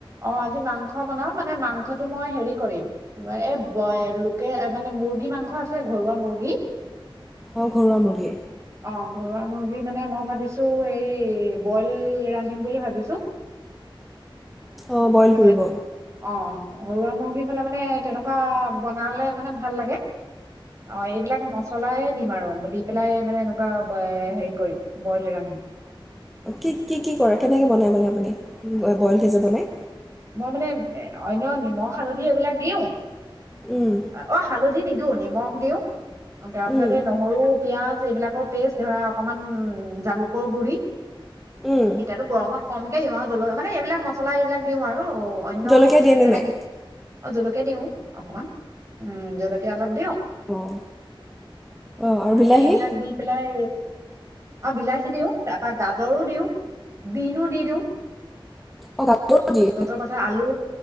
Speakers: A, on the right (about 35°); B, in the centre.
A: অ', আজি মাং। মাংস বনাও, মানে মাংসটো মই হেৰি কৰিম এই লোকে মানে মুৰ্গী মাংস আছে ঘৰুৱা মুৰ্গী
B: অ', ঘৰুৱা মুৰ্গী।
A: অ', ঘৰুৱা। মুৰ্গী মানে মই ভাবিছো এই বইল ৰান্ধিম বুলি ভাবিছো।
B: অ বইল
A: মানে
B: কৰিব?
A: অ ঘৰুৱা মুৰ্গীৰ হলে মানে, তেনেকুৱা বনালে মানে ভাল লাগে। অ', এইবিলাক মচলাই দিম আৰু, দি পেলাই মানে এনেকুৱা হেৰি কৰিম, বইল ৰান্ধিম।
B: কি কি? কি কৰে? কেনেকৈ বনায় মানে আপুনি বইল কে যে, বনে?
A: মই মানে অন্য নিমখ হালধি এইবিলাক দিওঁ
B: উম,
A: অ', হালধ ই নিদিও, নিমখ দিওঁ। তাৰ পিছতে
B: উম,
A: নহৰু, পিয়াজ, এইবিলাক। পেষ্ট ধৰা অকমান উ, জালুকৰ গুৰি
B: উম।
A: এতিয়াতো গৰমত কমকে দিওঁ আৰু জল এইবিলাক মছলা এইবিলাক দিম আৰু অন্য
B: জলকীয়া দিয়ে নে
A: তেনেকে
B: নাই?
A: অ', জলকীয়া দিওঁ অকমান, উম জলকীয়া অলপ দিওঁ।
B: অঁ অঁ আৰু
A: আই
B: বিলাহী
A: এইবিলাক দি পেলাই এ বিলাহী দিওঁ, তাৰ পৰা, গাজৰো দিওঁ, বিনো দি দিওঁ।
B: অঁ গাজৰো দিয়ে
A: জতৰ পাচত, আলু